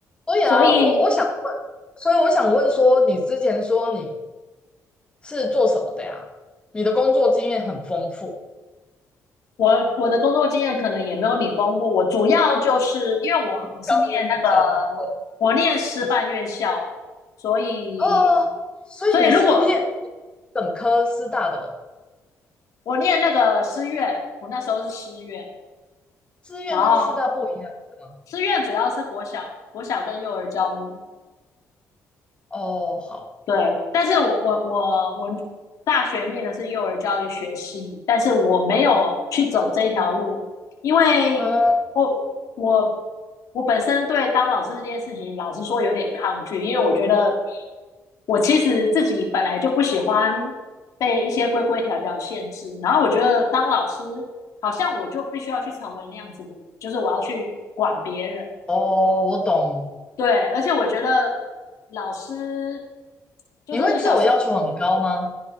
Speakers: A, on the left; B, on the left.
A: 所以啊，
B: 所以
A: 我我想问，所以我想问说，你之前说你是做什么的呀？你的工作经验很丰富，
B: 我我的工作经验可能也没有你丰富。我主要就是因为我我是念那个
A: 刚跟我比较把控。
B: 我念师范院校，
A: 其实
B: 所以
A: <laughs> 哦，所以你是练
B: 所以如果
A: 本科师大的，
B: 我念那个师院，我那时候是师院，
A: 志愿跟师大不一样的吗？
B: 然后师院主要是国小、国小跟幼儿教育，
A: 哦，好，
B: 对，但是我我我我大学念的是幼儿教育学系，但是我没有去走这一条路，因为我我
A: 嗯，
B: 我本身对当老师这件事情，老实说有点抗拒，因为我觉得我其实自己本来就不喜欢被一些规规条条限制，然后我觉得当老师好像我就必须要去成为那样子的人，就是我要去管别人。
A: 哦，我懂。
B: 对，而且我觉得老师就是小时
A: 你会自我要求很高吗？